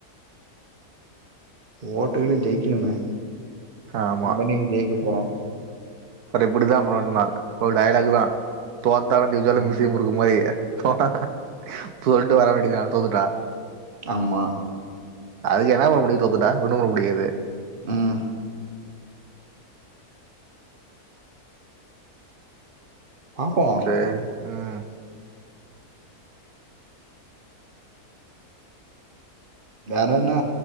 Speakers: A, on the right; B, on the right.
A: ஓட்டுக்கிட்டு ஜெயிக்கணுமே
B: ஆமா
A: நம்ப என்னைக்கி ஜெயிக்க போறோ
B: அப்றோ எப்டித்தா அப்றோ இன்னா ஒரு டையலாக் தா தோத்தாலு ஜெயிச்சாலு
A: ம்
B: மீசைய முருக்கு மாரி <inaudible> சொல்டு வரவேண்டியதா தோத்துட்டா
A: ஆமா
B: அதுக்கு என்னா பண்ண முடியு தோத்துட்ட ஒன்னு பண்ண முடியாது
A: ம் பாப்போ
B: சேரி ம்
A: வேற என்ன நாளைக்கி எங்கல்கியது வேறயின்னா